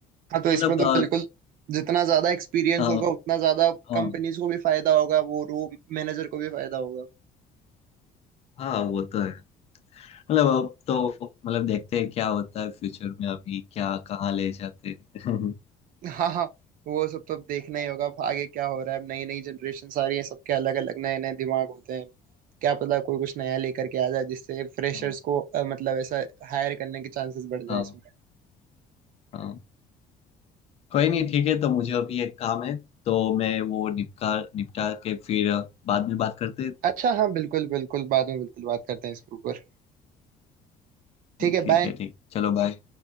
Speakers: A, on the right (about 60°); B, on the left (about 40°).
A: हाँ तो इसमें
B: मतलब
A: तो
B: अ,
A: बिल्कुल जितना ज्यादा एक्सपीरियंस
B: अ,
A: होगा उतना ज्यादा
B: हाँ
A: कंपनीज को भी फायदा होगा वो रो मैनेजर को भी फायदा होगा
B: हाँ वो तो है मतलब अब तो मतलब देखते हैं क्या होता है फ्यूचर में अभी क्या कहाँ ले जाते हैं <laughs>
A: हाँ हाँ वो सब तो अब देखना ही होगा अब आगे क्या हो रहा है अब नई नई जनरेशन सारी है सबके अलग अलग नए नए दिमाग होते हैं क्या पता कोई कुछ नया लेकर के आ जाए जिससे फ्रेशर्स
B: हाँ
A: को अ, मतलब ऐसा हायर करने के चांसेस बढ़ जाए
B: हाँ
A: इसमें
B: हाँ। कोई नहीं ठीक है तो मुझे अभी एक काम है तो मैं वो निपटा निपटा के फिर बाद में बात करते हैं।
A: अच्छा हाँ बिल्कुल बिल्कुल बाद में बिल्कुल बात करते हैं इसके ऊपर ठीक है
B: ठीक
A: बाय
B: है ठीक चलो बाय